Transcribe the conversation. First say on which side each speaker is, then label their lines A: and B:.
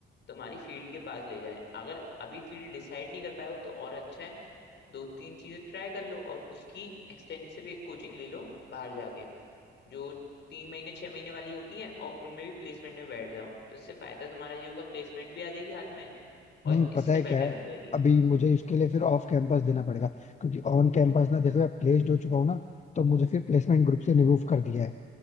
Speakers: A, on the left; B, on the left.
A: तुम्हारी फील्ड के पास ले जाए अगर अभी फील्ड डिसाइड नहीं कर पाए हो तो और अच्छा है दो तीन चीजें ट्राई कर लो और उसकी एक्सटेंसिव एक कोचिंग ले लो बाहर जाके जो तीन महीने छह महीने वाली होती हैं और उनमें भी प्लेसमेंट में बैठ जाओ तो इससे फायदा तुम्हारा ये होगा प्लेसमेंट भी आ जाएगी हाथ में और
B: नहीं
A: इससे
B: पता है क्या
A: बेटर
B: है
A: आ जाएगी
B: अभी मुझे इसके लिए फिर ऑफ कैंपस देना पड़ेगा क्योंकि ऑन कैंपस ना जैसे मैं प्लेस्ड हो चुका हूँ ना तो मुझे फिर प्लेसमेंट ग्रुप से रिमूव कर दिया है